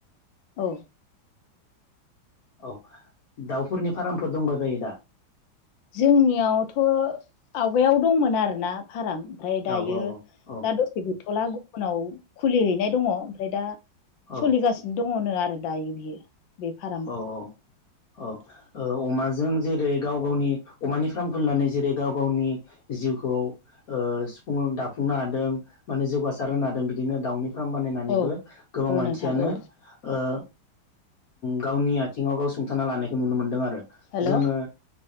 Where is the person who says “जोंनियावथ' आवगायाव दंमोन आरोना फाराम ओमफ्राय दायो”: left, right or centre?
Left